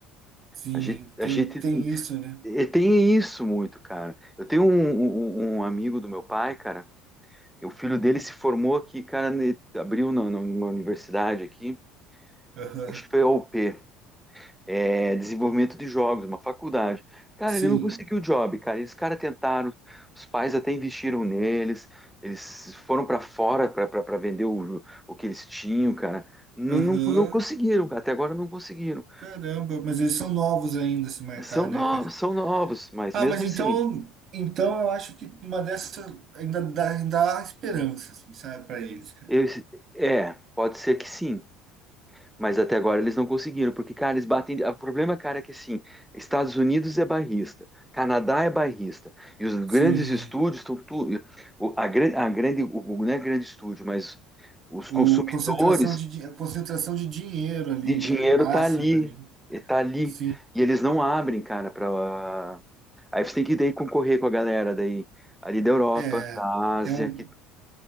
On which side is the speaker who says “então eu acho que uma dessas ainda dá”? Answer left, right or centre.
Right